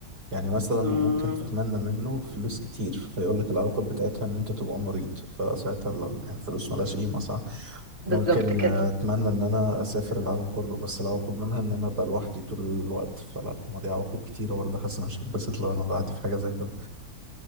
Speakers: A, on the right; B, on the right.
A: يعني مثلا ممكن
B: مم،
A: تتمنى منه فلوس كتير فيقول لك العواقب بتاعتها ان انت تبقى مريض فساعتها ال- يعني الفلوس ملهاش قيمة صح
B: بالظبط
A: ممكن
B: كده
A: آه، اتمنى ان انا اسافر العالم كله بس العواقب منها ان انا ابقى لوحدي طول الوقت فلا ما دي عواقب كتيرة برضه حاسس إن مش هتبسط لو انا لوحدي في حاجة زي كده